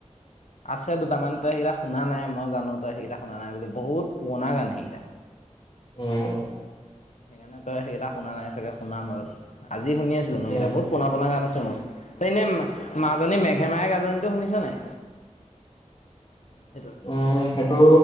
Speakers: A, on the left; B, on the left.
A: আছে দুটামান, তই সেইটা শুনা নাই, মই জানো তই সেই শুনা নাই বুলি বহুত পুৰণা গান সেইকেইটা।
B: উম,
A: সেইকাৰণে তই সেইকেইটা শুনা নাই চাগে, শুনাম ৰ আজি শুনি আছিলো মই
B: উম,
A: এইটা বহুত পুৰণা-পুৰণা গান আছে মোৰ, মাজনী মেগ হেমাই গাজনিটো শুনিছ নাই, সেইটো
B: উম, সেইটো